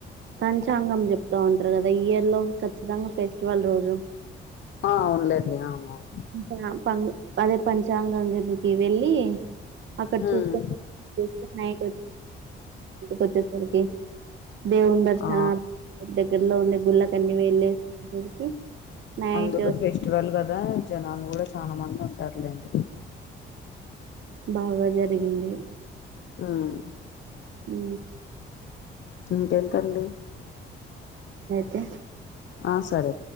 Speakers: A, on the right; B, on the left.
A: పంచాంగం చెప్తా ఉంటారు కదా ఇయర్ లో ఖచ్చితంగా ఫెస్టివల్ రోజు
B: ఆ అవునులేండి అవునవును
A: అకా <inaudible> పం అదే పంచాంగనికి వెళ్ళి అక్కడ చూసుకొని
B: ఉమ్
A: నైట్ వచ్చేసరికి దేవుని దర్శన
B: ఆ
A: దగ్గరలో ఉండే గుళ్ళకన్ని వెళ్ళేసరికి నైట్
B: అందులో ఫెస్టివల్ కదా జనాలు కూడా చాలా మంది ఉంటారులేండి
A: బాగా జరిగింది.
B: ఉమ్
A: ఉ
B: ఇంకెంతండి
A: ఓకే
B: ఆ సరే